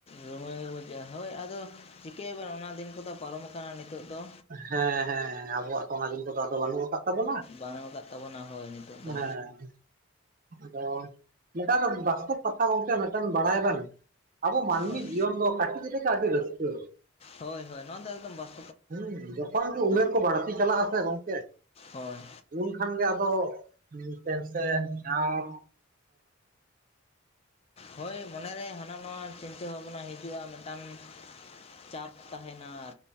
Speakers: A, on the left (about 30°); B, on the right (about 40°).
A: ᱨᱩᱢᱟᱹᱭ ᱨᱩᱢᱟᱹᱭ ᱜᱮ ᱦᱳᱭ ᱟᱫᱚ ᱪᱤᱠᱟᱹᱭᱭᱟᱵᱱ ᱚᱱᱟ ᱫᱤᱱ ᱠᱚᱫᱚ ᱯᱟᱨᱚᱢ ᱟᱠᱟᱱᱟ ᱱᱤᱛᱚᱜ ᱫᱚ
B: ᱦᱮᱸ ᱦᱮᱸ ᱟᱵᱚᱣᱟᱜ ᱠᱚ ᱚᱱᱟ ᱤᱱ ᱫᱚ ᱟᱫᱚ ᱵᱟᱹᱱᱩᱜ ᱟᱠᱟᱫ ᱟᱵᱚᱱᱟᱜ
A: ᱵᱟᱹᱱᱩᱜ ᱟᱠᱟᱫ ᱛᱟᱵᱚᱱᱟ ᱦᱳᱭ ᱱᱤᱛᱚᱜ
B: ᱦᱮᱸ
A: ᱫᱚ
B: ᱟᱫᱚ ᱢᱤᱫᱴᱟᱱ ᱵᱟᱥᱛᱚᱵ ᱠᱟᱛᱷᱟ ᱜᱚᱝᱠᱮ ᱢᱤᱫᱴᱮᱱ ᱵᱟᱲᱟᱭᱟ ᱵᱮᱱ? ᱟᱵᱚ ᱢᱟᱹᱱᱢᱤ
A: ᱦᱳᱭ
B: ᱡᱤᱭᱚᱱ ᱫᱚ ᱠᱟᱹᱴᱤᱡ ᱠᱟᱹᱴᱤᱡ ᱜᱮ ᱟᱹᱰᱤ ᱨᱟᱹᱥᱠᱟᱹ᱾
A: ᱦᱳᱭ ᱦᱳᱭ ᱱᱚᱣᱟ ᱫᱚ ᱮᱠᱫᱚᱢ ᱵᱟᱥ
B: ᱦᱮᱸ ᱡᱚᱠᱷᱚᱱ ᱜᱮ ᱩᱢᱮᱨ ᱠᱚ ᱵᱟᱹᱲᱛᱤ ᱪᱟᱞᱟᱜ ᱟᱥᱮ ᱜᱚᱢᱠᱮ
A: ᱦᱳᱭ
B: ᱩᱱᱠᱷᱟᱱ ᱜᱮ ᱟᱫᱚ ᱴᱮᱱᱥᱮᱱ ᱟᱨ
A: ᱦᱳᱭ ᱢᱚᱱᱮᱨᱮ ᱦᱟᱱᱟ ᱱᱟᱣᱟ ᱪᱤᱱᱛᱟᱹ ᱵᱷᱟᱵᱱᱟ ᱦᱤᱡᱩᱜᱼᱟ, ᱢᱤᱫᱴᱟᱝ ᱪᱟᱯ ᱛᱟᱦᱮᱸᱱᱟ